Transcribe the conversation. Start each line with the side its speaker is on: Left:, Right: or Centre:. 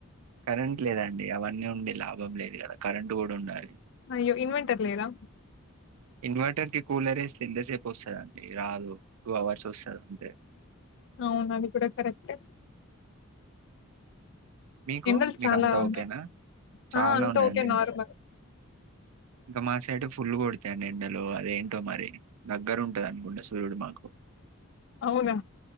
Right: కరెంట్ లేదండి అవన్నీ ఉండి లాభం లేదు కదా కరెంట్ కూడా ఉండాలి
Left: అయ్యో ఇన్వెటర్ లేదా
Right: ఇన్వర్టర్ కి కూలర్ ఎస్తే ఎంతసేపు వస్తుందండి రాదు టూ అవర్స్ వస్తది అంతే
Left: అవును అది కూడా కరెక్ట్
Right: మీకు
Left: ఎండలు
Right: మీకు
Left: చాలా
Right: అంతా
Left: ఉన్నాయి
Right: ఓకేనా చాలా
Left: ఆ అంతా
Right: ఉన్నాయండి
Left: ఓకే నార్మల్
Right: మా ఇంకా మా సైటు ఫుల్లు కొడతాయండి ఎండలో అదేంటో మరి దగ్గర ఉంటది అనుకుంటా సూర్యుడు మాకు
Left: అవునా